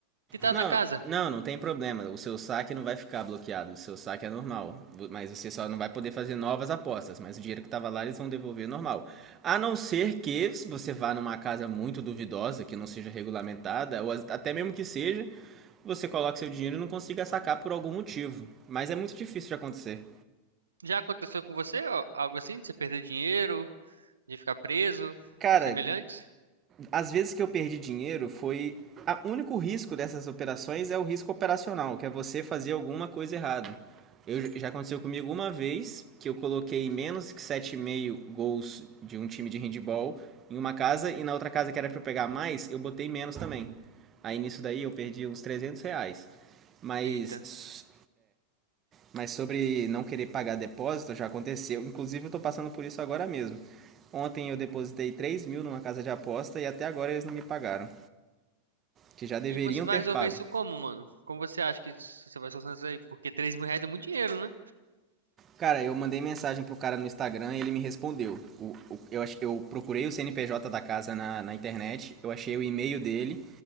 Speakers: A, on the right (about 75°); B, on the right (about 25°).
A: que tá
B: Não,
A: na casa?
B: não, não tem problema. O seu saque não vai ficar bloqueado, o seu saque é normal. Mas você só não vai poder fazer novas apostas. Mas o dinheiro que tava lá eles vão devolver normal. A não ser que se você vá numa casa muito duvidosa, que não seja regulamentada, ou até mesmo que seja, você coloca seu dinheiro e não consiga sacar por algum motivo. Mas é muito difícil de acontecer.
A: Já aconteceu com você ó, algo assim, de você perder dinheiro, de ficar preso,
B: Cara,
A: semelhantes?
B: as vezes que eu perdi dinheiro foi. O único risco dessas operações é o risco operacional, que é você fazer alguma coisa errada. Eu, já aconteceu comigo uma vez que eu coloquei menos que 7,5 gols de um time de handball em uma casa e na outra casa que era para eu pegar mais, eu botei menos também. Aí nisso daí eu perdi uns 300 reais. Mas
A: Eita.
B: Mas sobre não querer pagar depósito, já aconteceu. Inclusive, eu estou passando por isso agora mesmo. Ontem eu depositei 3 mil numa casa de aposta e até agora eles não me pagaram. Que já deveriam
A: E você vai
B: ter
A: resolver
B: pago.
A: isso como, mano? Como você acha que isso- você vai solucionar isso aí? Porque três mil reais é muito dinheiro, né?
B: Cara, eu mandei mensagem pro cara no Instagram e ele me respondeu. O- o- eu, eu procurei o CNPJ da casa na, na internet, eu achei o e-mail dele.